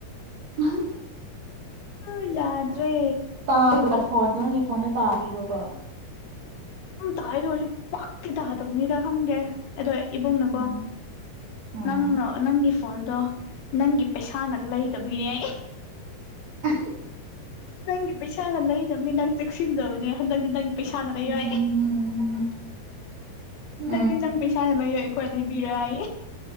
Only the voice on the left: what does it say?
ꯑ ꯌꯥꯗ꯭ꯔꯦ
ꯑꯗꯨꯝ ꯇꯥꯢꯗ ꯑꯣꯏꯔꯁꯨ ꯄꯥꯛꯇꯤ ꯇꯥꯗꯕꯅꯤꯗ ꯈꯪꯗꯦ ꯑꯗꯣ ꯏꯕꯨꯡꯅꯀꯣ
ꯅꯪꯅ ꯅꯪꯒꯤ ꯐꯣꯟꯗꯣ ꯅꯪꯒꯤ ꯄꯩꯁꯥꯅ ꯂꯩꯗꯕꯅꯦ
ꯅꯪꯒꯤ ꯄꯩꯁꯥꯅ ꯂꯩꯗꯕꯅꯤ ꯅꯪ ꯆꯦꯛꯁꯤꯟꯗꯕꯅꯦ ꯍꯟꯗꯛꯇꯤ ꯅꯪꯒꯤ ꯄꯩꯁꯥꯅ ꯂꯩꯔꯣ
ꯍꯥꯏ
ꯍꯟꯗꯛꯇꯗꯤ ꯅꯪ ꯄꯩꯁꯥꯅ ꯂꯩ ꯑꯩꯈꯣꯏ ꯂꯩꯕꯤꯔꯣꯢ ꯍꯥꯏ